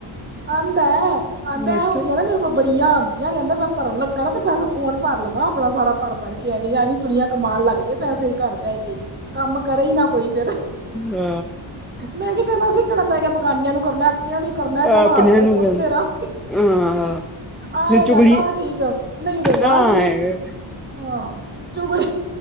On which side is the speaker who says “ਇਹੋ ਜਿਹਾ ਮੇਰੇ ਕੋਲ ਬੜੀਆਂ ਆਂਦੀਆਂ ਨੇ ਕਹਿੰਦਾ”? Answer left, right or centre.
Right